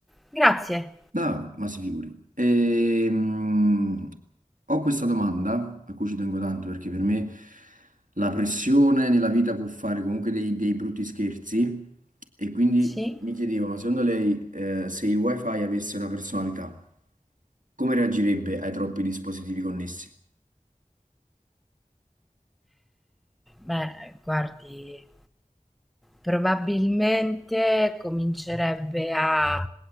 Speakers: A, in the centre; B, on the right (about 70°).
A: Grazie.
B: No, ma si figuri. Ehm, ho questa domanda a cui ci tengo tanto perché per me la pressione nella vita può fare comunque dei, dei brutti scherzi e quindi
A: Sì?
B: mi chiedevo, ma secondo lei eh, se il wifi avesse una personalità, come reagirebbe ai troppi dispositivi connessi?
A: Beh, guardi, probabilmente comincerebbe a...